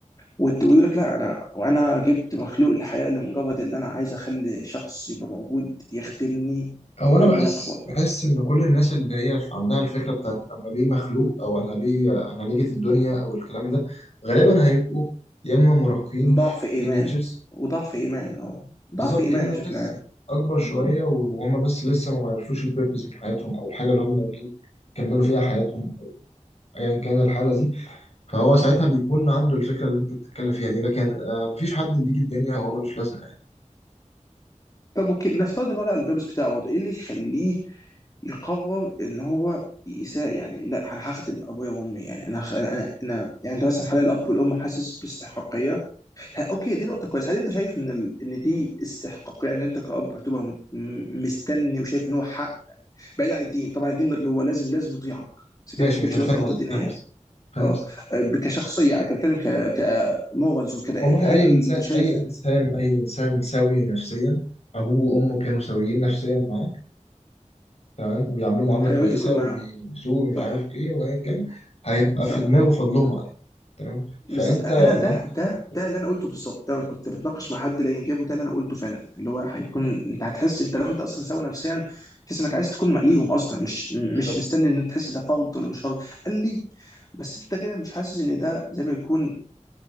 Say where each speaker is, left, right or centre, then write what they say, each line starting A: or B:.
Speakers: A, on the left; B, on the left.
A: وت- ويقول لك لا انا وانا جبت مخلوق للحياه لمجرد ان انا عايز اخلي شخص يبقى موجود يخدمني
B: هو انا
A: لما
B: بحس
A: انا اكبر
B: بحس ان كل الناس اللي هي في عندها الفكره بتاعت انا ليه مخلوق او انا ليه انا ليه جيت الدنيا او الكلام ده غالبا هيبقوا يا اما مراهقين
A: ضعف
B: في
A: ايمان
B: تينيجرز
A: وضعف ايمان اه
B: بالظبط
A: ضعف ايمان
B: يا اما
A: بشكل
B: ناس
A: عام
B: اكبر شويه
A: م-
B: وهم بس لسه ما عرفوش البيربز من حياتهم او الحاجه اللي هم ناويين يكملوا فيها حياتهم أو ايا كان الحاله دي فهو ساعتها بيكون عنده الفكرة اللي انت بتتكلم فيها دي لكن آه مفيش حد بيجي الدنيا هو ملوش لازمة يعني
A: طب اوكي نفترض ان هو لقى البيربس بتاعه برضه. ايه اللي يخليه يقرر ان هو يساء يعني لا انا هخدم ابويا وامي يعني انا انا انا يعني انت مثلا حاليا الاب والام حاسس باستحقاقيه ه- اوكي دي نقطة كويسة هل انت شايف ان ال... ان دي استحقاقية يعني انت كأب هتبقى مت- م- مستني وشايف ان هو حق بعيد عن الدين طبعا الدين اللي هو لازم لازم يطيعك بس كده
B: ماشي
A: ما بتكلمش
B: مش انا
A: دلوقتي
B: فاهم
A: في نقطة
B: قصدك
A: دينية
B: فاهم قصدك فاهم
A: اه
B: قصدك
A: آه، ب- كشخصية يعني كان بتكلم ك كمورالز وكده
B: والله
A: يعني هل
B: اي انسان
A: انت شايف
B: اي انسان
A: ان
B: اي انسان سوي نفسيا ابوه وامه كانوا سويين نفسيا معاه تمام وبيعاملوه معاملة
A: هيعوز
B: كويسة
A: يكون
B: وبيلبسوه
A: معاهم
B: ومش
A: صح
B: عارف ايه وايا كان هيبقى
A: صح
B: في دماغه فضلهم عليه تمام فانت
A: بالظبط انا
B: لو
A: ده
B: انت
A: ده
B: حد كويس
A: ده اللي انا قلته بالظبط ده أنا كنت بتناقش مع حد لقى انجابه ده اللي انا قلته فعلا اللي هو هيكون انت هتحس انت لو انت اصلا سوي نفسيا تحس انك عايز تكون مقليهم اصلا مش
B: بالظبط
A: مش مستني ان أنت تحس ده فرض ولا مش فرض قال لي بس انت كده مش حاسس ان ده زي ما يكون